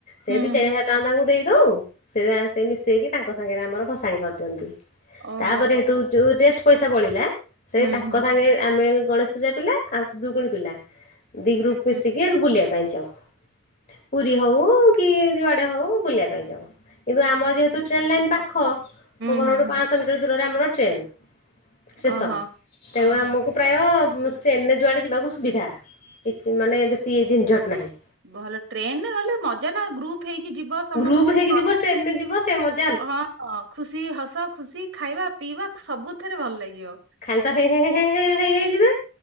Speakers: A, on the left; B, on the right.
A: ସେ
B: ହୁଁ
A: ଦୁଇ ଚାରି ହଜାର ଟଙ୍କା ତାଙ୍କୁ ଦେଇଦଉ ସେ ମିଶେଇକି ତାଙ୍କ ସାଙ୍ଗରେ ଆମର ଭସାଣି କରିଦିଅନ୍ତି
B: ଓହୋ
A: ତାପରେ ସେଠୁ ଯୋଉ ରେଷ୍ଟ ପଇସା ବଳିଲା। ସେ
B: ହୁଁ
A: ତାଙ୍କ
B: ହୁଁ
A: ସାଙ୍ଗେ ଆମେ ଗଣେଶ ପୂଜା ପିଲା ଆଉ ଖୁଦୁରୁକୁଣୀ ପିଲା। ଦିଗ୍ରୁପ୍
B: ହୁଁ
A: ମିିସିକି ବୁଲିବା ପାଇଁଯାଉ। ପୁରୀ ହଉ କି ଯୁଆଡେ ହଉ ବୁଲିବା ପାଇଁ ଯାଉ କିନ୍ତୁ ଆମ ଯେହେତୁ ଟ୍ରେନ ଲାଇନ ପାଖ ମୋ
B: ହୁଁ
A: ଘରଠୁ
B: ହୁଁ ହୁଁ
A: ପାଞ୍ଚଶହ ମିଟର ଦୂରରେ ଆମର ଟ୍ରେନ। ଷ୍ଟେସନ
B: ଓହୋ
A: ତେଣୁ
B: ଓହୋ
A: ଆମକୁ ପ୍ରାୟ ଟ୍ରେନରେ ଯୁଆଡ଼େ ଯିବାକୁ ସୁବିଧା କିଛି ମାନେ ବେଶି ଝିନ୍ଝଟ୍ ନାହିଁ।
B: ଭଲ ଟ୍ରେନରେ ଗଲେ ମଜା ନା ଗ୍ରୁପ ଥେଇକି ଯିବ। ସମସ୍ତେ
A: ଗ୍ରୁପ ହେଇକି ଯିବ, ଟ୍ରେନ ରେ ଯିବ, ସେ ମଜ୍
B: ହଁ, ହଁ, ଖୁସି ହସ ଖୁସି ଖାଇବା ପିଇବା ସବୁଥିରେ ଭଲ ଲାଗିବ।
A: ଖାଲିଟା ହେ ହେ ହେ ହେଇ ହେଇଯିବେ।